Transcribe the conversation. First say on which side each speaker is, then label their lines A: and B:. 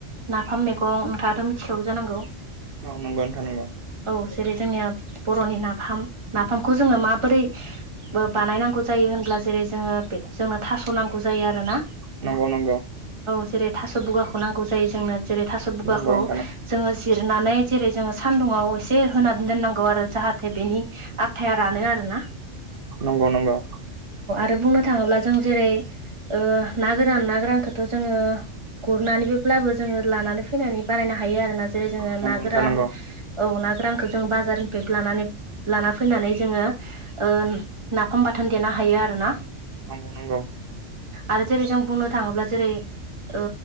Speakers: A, on the right; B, on the right.
A: नाफाम मेगं नोंथाङाथ' मिथिखागौ जानांगौ।
B: औ नंगौ नोंथां नंगौ।
A: औ जेरै जोंनिया बर'नि नाफाम नाफामखौ जोङो माबोरै बानायनांगौ जायो होनब्ला जेरै जोङो जोंनो थास' नांगौ जायो आरोना
B: नंगौ-नंगौ।
A: जेरै थास' बुगाखौ नांगौ जायो जोंनो जेरै थास' बुगाखौ
B: नंगौ
A: जोङो जिर नानै जेरै जोङो सान्दुंआव एसे होनानै दोननांगौ आरो जाहाथे बेनि आथाया रानो आरोना। <unintelligible> <inaudible>
B: नंगौ-नंगौ।
A: रो बुंनो थाङोब्ला जों जेरै ओ ना गोरान ना गोरानखौथ' जोङो गुर नानैबोब्लाबो जोङो लानानै फैनानै बानायनो हायो आरो ना जेरै जोङो
B: नोंथां
A: ना गोरान
B: नंगौ
A: औ ना रानखौ जोंङो बाजारनिफ्राय लानानै लाना फैनानै जोङो ओ नाफाम बाथोन देनाह हायो आरोना।
B: नंगौ-नंगौ।
A: आरो जेरै जों बुंनो थाङोब्ला जेरै ओ